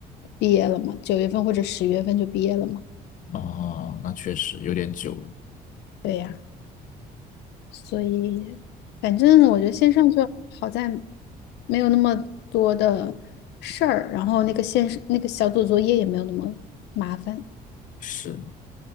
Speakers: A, on the left; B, on the left.
A: 毕业了吗？九月份或者十月份就毕业了吗？
B: 啊，那确实有点久了。
A: 对呀，所以反正我觉得线上就好在没有那么多的事儿，然后那个线那个小组作业也没有那么麻烦。
B: 是。